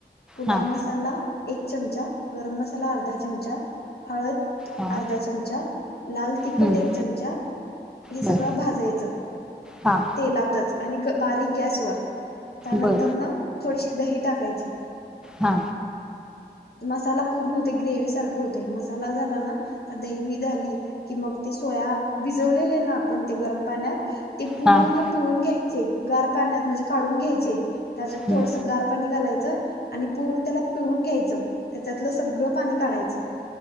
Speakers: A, on the left (about 65°); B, in the centre.
A: पुलाव
B: हा
A: मसाला एक चमचा गरम मसाला अर्धा चमचा हळद
B: हा
A: अर्धा चमचा लाल तिखट
B: हम्म
A: एक चमचा हे
B: बर
A: सगळं भाजायचं
B: हा
A: तेलातच आणि ग बारीक गॅस वर त्यानंतर
B: बर
A: ना थोडीशी दही टाकायचे
B: हा
A: मसाला पूर्ण होतय ग्रेवी सारखं होतय मसाला झाला ना तर दही बी झाली की मग ते सोया भिजवलेले ना आपण ते गरम पाण्यात ते पूर्ण
B: हा हा
A: पिळून घ्याय चे गार पाण्यात म्हणजे काढून घ्यायचे त्याच्यात
B: हम्म,
A: थोडंसं गार पाणी घालाय आणि पूर्ण त्याला पिळून घ्यायचं. त्याच्यातलं सगळं पाणी काढायचं.